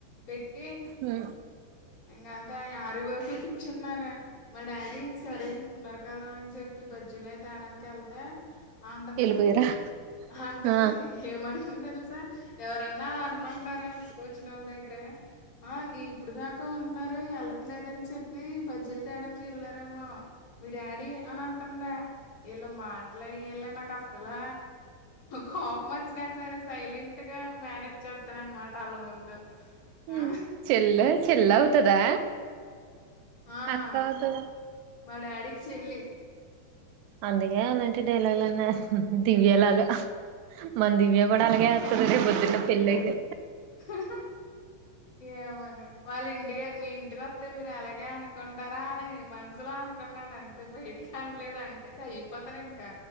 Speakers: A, on the left; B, on the right.
A: పెట్
B: హ్మ్
A: ఇంగంతే ఆరివరకు కూర్చున్నారే మా డాడీ సరే ఉండరు కదా అని చెప్పి బజ్జీల అయి తేడానికెళ్తే అంటది
B: వెళ్ళిపోయారా
A: అంటది
B: ఆ
A: ఏమంటంది తెలుసా ఎవరన్నాల అనుకుంటారా ఇంటికి వాళ్ళ దగ్గర అ ఇప్పుడు దాకా ఉన్నారు ఎలాట్లేదని చెప్ పి బజ్జీలు తడానికి వెళ్లారేమో మీ డాడీ అని అంటదే ఎళ్ళ మా ఇల ఇల నాక్ అసల్ కోపం వచ్చినా సరే సైలెంట్ గా మేనేజ్ చెత్తననుమాట ఆళ్ళ ముందు
B: హ్మ్
A: ఆ
B: చెల్ల చెల్ల అవుతదా
A: ఆ
B: అక్క అవుతదా
A: మా డాడీకి చెల్లి
B: అందుకే అలాంటి డైలాగ్లు అన్ని దివ్య లాగా మన దివ్య కూడ అలాగే ఇతది రేపుపోదున్నే పెళ్ళయితే
A: హ ఏమోనే వాళ్ళ ఇంటిక మీ ఇంటికోతే మీరు అలాగే అనుకుంటారా అనగే మనుసులో అను కున్నాను అంతే బయ్టకనలేదు అంటే చైపోతారు ఇంకా